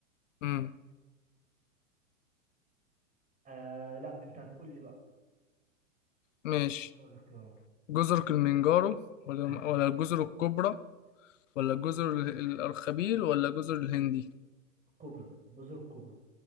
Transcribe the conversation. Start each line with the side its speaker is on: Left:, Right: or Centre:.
Left: امم
Right: آه لا انت هتقول لي بقى
Left: ماشي
Right: هتقول لي اختيارات
Left: جزر كلمنجارو ولا
Right: آه،
Left: ولا الجزر الكبرى ولا جزر الأرخبيل ولا جزر الهندي
Right: الكبرى جزر الكبرى